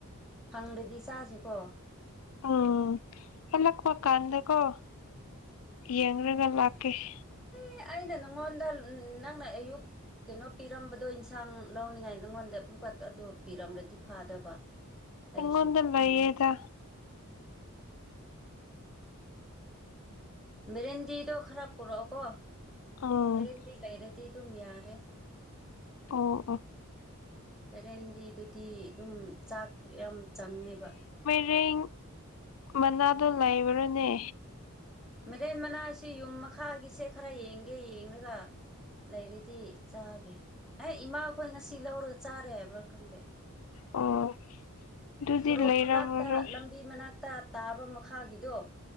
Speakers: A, in the centre; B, on the left.
A: ꯐꯪꯗ꯭ꯔꯗꯤ ꯆꯁꯤꯀꯣ
B: ꯎꯝ ꯍꯜꯂꯛꯄ ꯀꯥꯟꯗꯀꯣ
A: ꯎꯝ
B: ꯌꯦꯡꯂꯒ ꯂꯥꯛꯀꯦ <unintelligible>
A: ꯑꯦ ꯑꯩꯅ ꯅꯪꯉꯣꯟꯗ ꯅꯪꯅ ꯑꯌꯨꯛ ꯀꯩꯅꯣ ꯄꯤꯔꯝꯕꯗꯣ ꯏꯟꯁꯥꯡ ꯂꯧꯅꯤꯡꯉꯥꯏ ꯅꯪꯉꯣꯟꯗ ꯀ ꯑꯗꯨ ꯄꯤꯔꯝꯂꯗꯤ ꯐꯥꯗꯕ ꯑꯩꯁꯨ
B: ꯏꯉꯣꯗ ꯂꯩꯌꯦꯗꯥ
A: ꯈꯪꯅꯤ ꯕꯔꯦꯟꯗꯤꯗꯣ ꯈꯔ ꯄꯨꯔꯛꯑꯣꯀꯣ
B: ꯎꯝ
A: ꯕꯔꯦꯟꯗꯤ ꯂꯩꯔꯗꯤ ꯇꯤ ꯑꯗꯨꯝ ꯌꯥꯔꯦ
B: ꯑꯣ ꯑꯣ
A: ꯕꯦꯔꯦꯟꯗꯤꯗꯨꯗꯤ ꯑꯗꯨꯝ ꯆꯥꯛ ꯌꯥꯝ ꯆꯪꯉꯦꯕ
B: ꯃꯩꯔꯦꯡ ꯃꯅꯥꯗꯣ ꯂꯩꯕ꯭ꯔꯥꯅꯦ
A: ꯃꯦꯔꯦꯟ ꯃꯅꯥꯁꯤ ꯌꯨꯝ ꯃꯈꯥꯒꯤꯁꯦ ꯈꯔ ꯌꯦꯡꯒꯦ ꯌꯦꯡꯑꯒ ꯂꯩꯔꯗꯤ ꯆꯥꯒꯦ ꯑꯦ ꯏꯃꯥꯈꯣꯏ ꯉꯁꯤ ꯂꯧꯔꯒ ꯆꯥꯔꯦ ꯍꯥꯏꯕ꯭ꯔꯥ ꯈꯪꯗꯦ
B: ꯑꯣ ꯑꯗꯨꯗꯤ
A: ꯁꯣꯔꯣꯛ
B: ꯂꯩꯔꯝꯃꯔꯣꯏ
A: ꯃꯅꯥꯛꯇ ꯂꯝꯕꯤ ꯃꯅꯥꯛꯇ ꯇꯥꯕ ꯃꯈꯥꯒꯤꯗꯣ